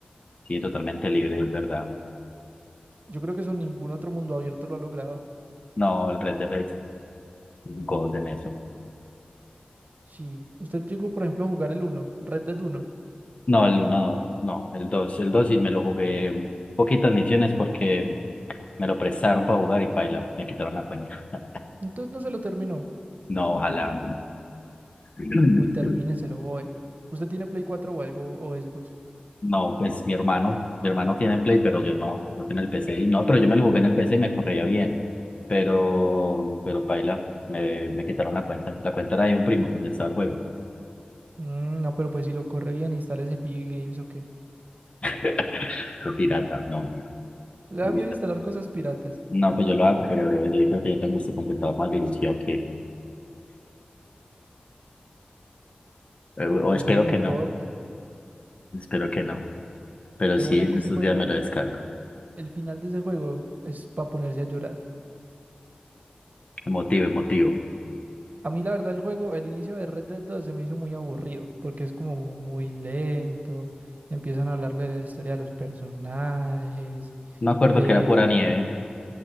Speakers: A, on the left; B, on the right.
A: sí, totalmente libre, es verdad.
B: Yo creo que eso ningún otro mundo abierto lo ha logrado.
A: No, el Red Dead es God en eso.
B: Si usted llegó, por ejemplo, a jugar el uno Red Dead uno
A: No, el uno no, el dos El 2 sí me lo jugué mm, poquitas misiones porque me lo prestaron para jugar y paila, me quitaron la cuenta. <laughs>
B: entonces no se lo terminó.
A: No, ojalá. <clears throat>
B: Uy, termíneselo, oe. ¿Usted tiene Play 4 o algo, o Xbox?
A: No, pues mi hermano, mi hermano tiene el Play, pero yo no, yo en el PC. Y no, pero yo me lo jugué en el PC y me corría bien. Pero, pero paila, me, me quitaron la cuenta. La cuenta era de un primo del estaba el juego.
B: Mm, no, pero pues si lo corre bien, instale ese PB Games o
A: <laughs> Fue pirata, no, no,
B: Le
A: me
B: da
A: gusta.
B: miedo instalar cosas piratas.
A: No, pues yo lo hago, pero bro, yo creo que yo tengo este computador más virusio que, eh, o
B: Eso
A: espero
B: no importa.
A: que no, espero que no. Pero
B: De
A: sí,
B: buena
A: en
B: que ese
A: estos
B: juego,
A: días me lo descargo.
B: el final de ese juego es para ponerse a llorar.
A: Emotivo, emotivo.
B: A mí la verdad el juego, el inicio de Red Dead 2 se me hizo muy aburrido porque es como muy lento. Empiezan a hablarle de la historia de los personajes,
A: Me acuerdo
B: de...
A: que era pura nieve.